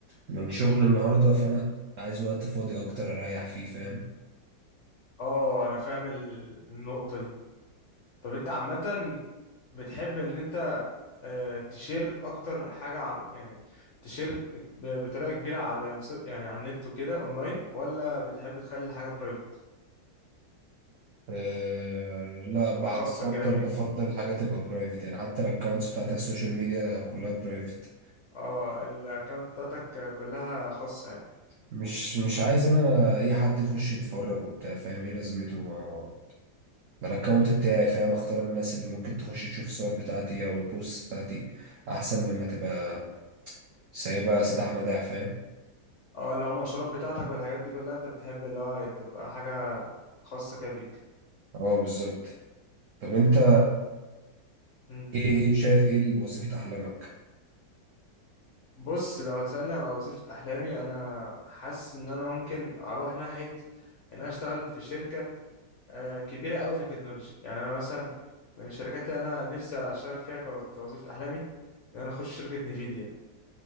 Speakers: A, on the right; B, on the left.
A: من شغل النهارده فانا عايز وقت فاضي اكتر اريح فيه فاهم
B: اه انا فاهم ال- النقطة دي طب انت عامة بتحب ان انت آه، تشير اكتر حاجة على يعني تشير ب- بطريقة كبيرة على الس... يعني على النت وكده اونلاين ولا بتحب تخلي الحاجة برايفت
A: أه لا ب-
B: تبقى خاصة
A: بفضل
B: كده بيك
A: بفضل حاجه تبقى برايفت يعني حتى الاكونتس بتاعت السوشيال ميديا كلها برايفت
B: اه الاكونت بتاعتك كلها خاصة يعني
A: مش مش عايز انا اي حد يخش يتفرج وبتاع فاهم ايه لازمته ما ما الاكونت بتاعي فاهم اختار الناس اللي ممكن تخش تشوف الصور بتاعتي او البوست بتاعتي احسن من لما تبقى سايبها سداح مداح فاهم
B: اه لو المنشورات بتاعتك والحاجات دي كلها انت بتحب اللي هو تبقى حاجة خاصة كده بيك
A: اه بالظبط طب انت
B: طيب مم.
A: ايه إيه شايف ايه وظيفه احلامك
B: بص لو هتسألني على وظيفة أحلامي أنا حاسس إن أنا ممكن أروح ناحية إن أنا أشتغل في شركة آه، كبيرة أوي في التكنولوجي يعني أنا مثلا من الشركات اللي أنا نفسي أشتغل فيها كوظيفة أحلامي إن أنا أخش شركة نيفيديا